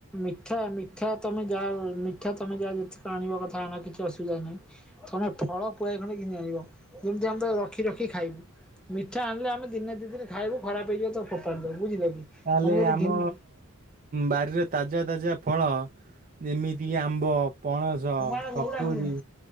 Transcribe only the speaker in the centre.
ମିଠା ମିଠା ତମେ ଯା ମିଠା ତମେ ଯା ଯେତିକ ଆଣିବା କଥା ଆଣ କି କି ଅସୁବିଧା ନାହିଁ ତମେ ଫଳ ପୁଳାଏ ଖଣ୍ଡେ ଘିନି ଆଣିବ ଯେମିତି ଆମେ ତାକୁ ରଖି ରଖି ଖାଇବୁ। ମିଠା ଆମ୍ବିଳା ଆମେ ଦିନେ ଦି ଦିନି ଖାଇବୁ ଖରାପ ହେଇଯିବ ତାକୁ ଫୋପାଡ଼ି ଦବୁ ବୁଝିଲ କି।
ତମେ ଯଦି
ଘିନି
ବୋଉ
ଡାକୁଛନ୍ତି